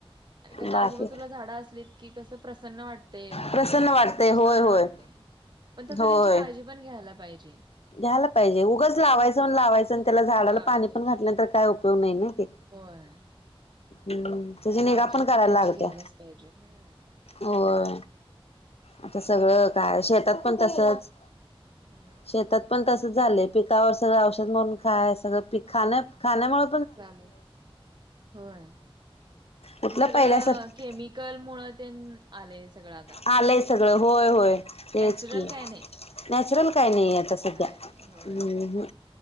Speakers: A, on the right (about 45°); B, on the left (about 85°).
A: आणि कसं
B: बाकी
A: आजूबाजूला झाडं असलीत की कसं प्रसन्न वाटतंय,
B: प्रसन्न वाटतय होय
A: छान
B: होय
A: वाटतंय पण तसं
B: होय
A: त्यांची काळजी पण घ्यायला पाहिजे.
B: घ्यायला पाहिजे उगंच लावायचं
A: हम्म
B: म्हणुन लावायचं आणि त्याला झाडाला
A: लावायचं
B: पाणी पण घातलं नाहीतर काय उपयोग नाही नी.
A: होय
B: हम्म तेजी निगा
A: काळजी
B: पण करायला
A: त्याची
B: लागत्या.
A: घ्यायलाच पाहिजे हम्म
B: होय, आता सगळं काय शेतात पण तसंच.
A: हम्म.
B: शेतात पण तसंच झालंय, पिकावर सगळं औषध
A: होय
B: मारुन खाय सगळं पीक खाण्या खाण्यामुळं
A: चालुयं होय.
B: कुठलं
A: जसं सगळं
B: पहिल्यासारख
A: केमिकल मुळं तेन आलंय सगळं आता.
B: आलंय सगळं होय होय तेच
A: नॅचरल
B: की,
A: काय नाही
B: नॅचरल काय नाही यात आता सध्या
A: काय
B: अ
A: नाही होय
B: हम्म,